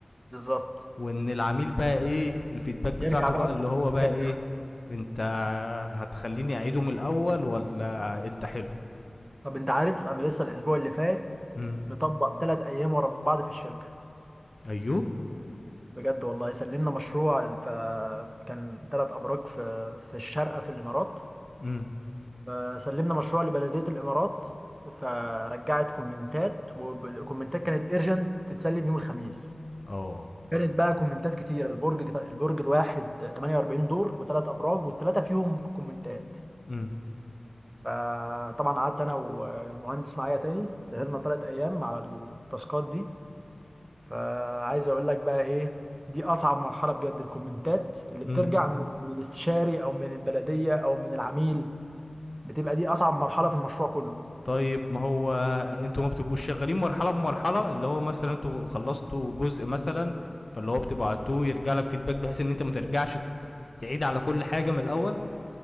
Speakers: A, on the right (about 20°); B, on the left (about 50°).
A: بالظبط
B: وان العميل بقى ايه الفيدباك بتاعته
A: يرجع بقى
B: بقى
A: بكل
B: اللي هو
A: المكان.
B: بقى ايه انت هتخليني اعيده من الاول ولا انت حلو
A: طب انت عارف انا لسه الاسبوع اللي فات
B: امم
A: مطبق ثلاث ايام ورا بعض في الشركه
B: ايوه
A: بجد والله سلمنا مشروع فكان ثلاث ابراج في في الشارقه في الامارات
B: امم
A: فسلمنا مشروع لبلديه الامارات فرجعت كومنتات والكومنتات كانت ايرجنت تتسلم يوم الخميس
B: اه
A: كانت بقى كومنتات كتيرة البرج البرج الواحد 48 دور وثلاث ابراج والثلاثه فيهم كومنتات
B: امم
A: فطبعا قعدت انا ومهندس معايا تاني سهرنا ثلاث ايام على التاسكات دي فعايز اقول لك بقى ايه دي اصعب مرحله بجد الكومنتات اللي بترجع
B: امم
A: من من الاستشاري او من البلديه او من العميل بتبقى دي اصعب مرحله في المشروع كله
B: طيب ما هو انتوا ما بتبقوش شغالين مرحله بمرحله اللي هو مثلا انتوا خلصتوا جزء مثلا فاللي هو بتبعتوه يرجع لك فيدباك بحيث ان انت ما ترجعش تعيد على كل حاجه من الاول